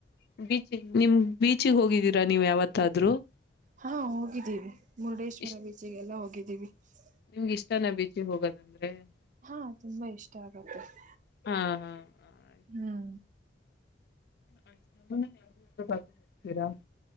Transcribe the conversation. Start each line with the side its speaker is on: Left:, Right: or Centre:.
Left: <unintelligible> ಬೀಚ ನಿಮ ಬೀಚಿಗೆ ಹೋಗಿದ್ದೀರಾ ನೀವು್ ಯಾವತ್ತಾದ್ರು <unintelligible>
Right: ಹಾ ಹೋಗಿದ್ದೀವಿ ಮುರುಡೇಶ್ವರ
Left: ಇಷ್ಟ
Right: ಬೀಚಿಗೆಲ್ಲ ಹೋಗವಿನ್ <unintelligible> ಗಿದ್ದೀವಿ <unintelligible>
Left: ನಿಮ್ಗೆ ಇಷ್ಟಾನ ಬೀಚಿಗೆ ಹೋಗೋದಂದ್ರೆ <unintelligible>
Right: ಹಾ ತುಂಬಾ ಇಷ್ಟ ಆಗತ್ತೆ <unintelligible>
Left: ಹಾ ಹಾ ಆಯ್ತು
Right: ಹ್ಮ್
Left: <unintelligible> ಆ <unintelligible> ನನ್ನ ಪಕ ಮುತೀರಾ <unintelligible>